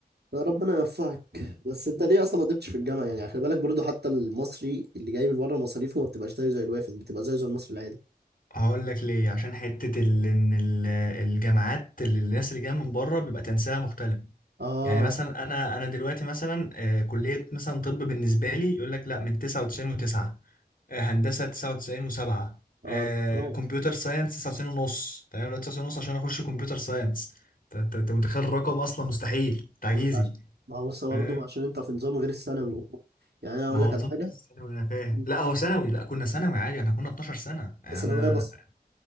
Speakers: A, on the right; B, on the left.
A: ربنا يوفقك بس انت ليه اصلا ما قدمتش في الجامعه يعني خلي بالك برضه حتى المصري اللي جاي من بره مصاريفه ما بتبقاش زيه زي الوافد بتبقى زيه زي المصري العادي
B: هقول لك ليه عشان حتة ال... إن ال- الجامعات اللي الناس اللي جاية من بره بيبقى تنسيقها مختلف
A: اه
B: يعني مثلا أنا أنا دلوقتي مثلا آه، كلية مثلا طب بالنسبة لي يقول لك لا من 99 و9 هندسة 99 و7
A: اه الارقام
B: كمبيوتر ساينس 99 ونص تمام لو 99 ونص عشان أخش كمبيوتر ساينس أنت أنت- أنت متخيل الرقم أصلا مستحيل تعجيزي
A: انت عشان ما هو بص برضه
B: فاهم
A: عشان انت في نظام غير الثانوي يعني انا اقول
B: ما هو
A: لك على
B: نظام
A: حاجه
B: ثانوي أنا فاهم
A: انت
B: لا هو ثانوي لا كنا ثانوي عادي احنا كنا 12 سنة يعني
A: ثانويه
B: أنا
A: مصر